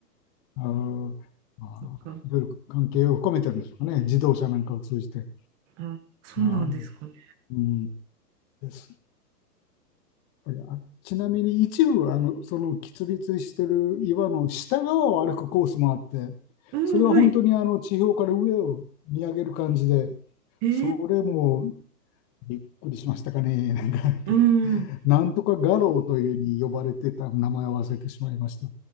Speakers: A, on the left; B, on the right.
A: あの、まあ、
B: そっか。
A: いろいろ関係を含めてるんでしょうかね、自動車なんかを通じて。
B: あ、そうなんですかね。
A: はい。うん。です。やっぱりあ、ちなみに一部、あの、その、きつりつりしてる岩の下側を歩くコースもあって、
B: うん、
A: それは本当にあの、
B: はい。
A: 地表から上を見上げる感じで、
B: えー、
A: それもびっくりしましたかね。<laughs> なんか、
B: うん。
A: なんとか画廊というに呼ばれてた名前を忘れてしまいました。